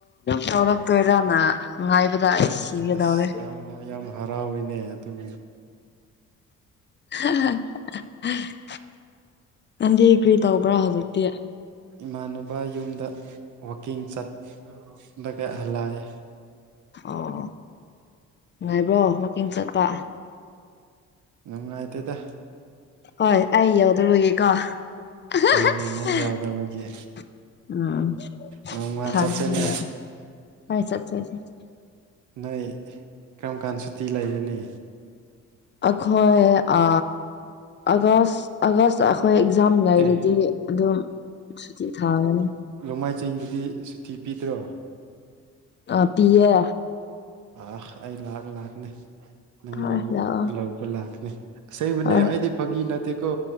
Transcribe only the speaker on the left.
ꯇꯧꯔꯛꯇꯣꯏꯔꯅꯥꯏ ꯄꯗꯥ ꯁꯤꯒꯗꯎꯔꯦ
<unintelligible> ꯅꯡꯗꯤ ꯀ꯭ꯔꯤ ꯇꯧꯕ꯭ꯔꯥ ꯍꯧꯖꯤꯛꯇꯤ
ꯑꯣ ꯅꯨꯡꯉꯥꯏꯕ꯭ꯔꯣ ꯋꯥꯀꯤꯡ ꯆꯠꯄ
ꯍꯣꯏ ꯑꯩ ꯌꯧꯗꯨꯔꯒꯦ ꯀꯣ <unintelligible>
ꯎꯝ <unintelligible>
ꯑꯩꯈꯣꯏ ꯑ ꯑꯒꯁ ꯑꯥꯒꯁꯇ ꯑꯩꯈꯣꯏ ꯏꯛꯥꯖꯝ ꯂꯩꯔꯗꯤ
ꯑꯗꯨꯝ ꯁꯨꯇꯤ ꯊꯥꯒꯅꯤ
ꯑ ꯄꯤꯌꯦ
ꯍꯣꯏ ꯂꯥꯛꯑꯣ
ꯍꯣꯏ